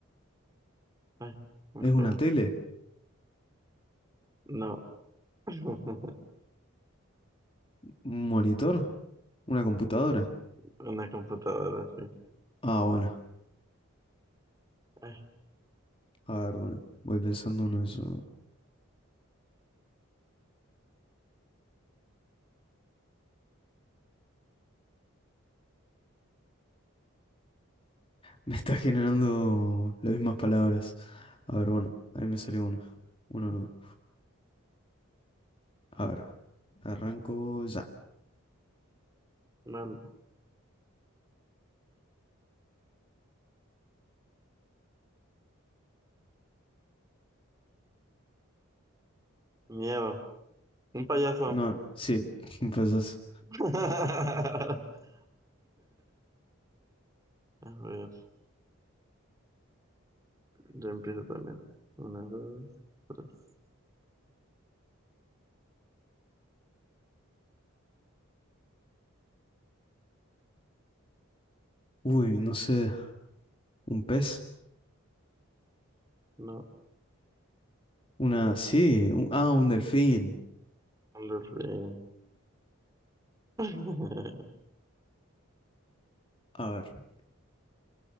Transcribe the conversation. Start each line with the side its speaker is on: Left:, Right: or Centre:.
Right: Ay, muy
Left: ¿Es una
Right: feo.
Left: tele?
Right: No. <laughs>
Left: ¿Un monitor? ¿Una computadora?
Right: Una computadora, sí.
Left: Ah, bueno.
Right: Ay.
Left: A ver, bueno. Voy pensando en eso. Me está generando las mismas palabras. A ver, bueno. Ahí me salió uno. Uno no. A ver. Arranco ya.
Right: Vale, miedo. Un payaso.
Left: No, sí. <laughs> Empezás.
Right: <laughs> A ver, yo empiezo también. Una, dos, tres.
Left: Uy, no sé. ¿Un pez?
Right: No,
Left: Una... Sí, un- ah, un delfín.
Right: Andolfín. <laughs>
Left: A ver,